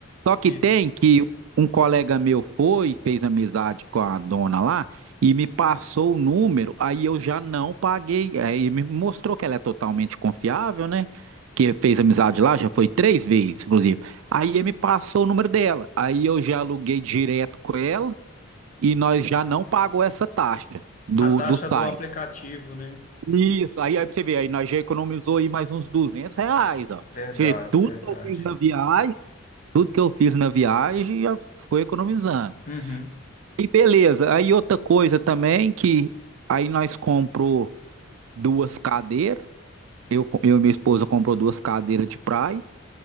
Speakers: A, on the right; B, on the left.
A: Só que
B: Isso.
A: tem que um colega meu foi, fez amizade com a dona lá e me passou o número, aí eu já não paguei. Aí me mostrou que ela é totalmente confiável, né? Que fez amizade lá, já foi três vezes, inclusive. Aí ele me passou o número dela. Aí eu já aluguei direto com ela e nós já não pagou essa taxa do,
B: A taxa
A: do site.
B: do aplicativo, né?
A: Isso, aí, aí pra você ver, aí nós já economizou aí mais uns 200 reais, ó.
B: Verdade,
A: Você tudo
B: verdade.
A: que eu fiz na viagem. Tudo que eu fiz na viagem já foi economizando.
B: Uhum,
A: E beleza, aí outra coisa também que aí nós comprou duas cadeiras, eu, co- eu e minha esposa comprou duas cadeiras de praia